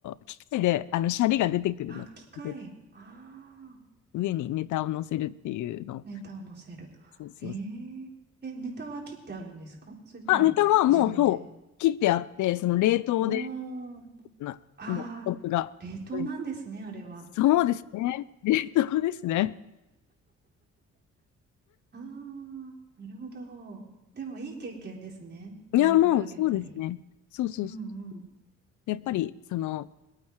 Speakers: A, on the left; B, on the right.
A: 機械で、あの、シャリが出てくるので、
B: あ、機械。ああ。
A: 上にネタを乗せるっていうの。
B: ネタを載せる。
A: そうそう。
B: えー、え、ネタは切ってあるんですかそれとも自分で。
A: あ、ネタはもうそう、切ってあって、その冷凍で、
B: おー、
A: なもう、
B: あー、
A: トップが。
B: 冷凍なんですね、
A: うん
B: あれは。
A: そうですね。<laughs> 冷凍ですね。
B: あー、なるほど。でもいい経験ですね。天ぷら揚げたり。
A: いや、もうそうですね。そうそうそう。
B: うんうん。
A: やっぱり、その、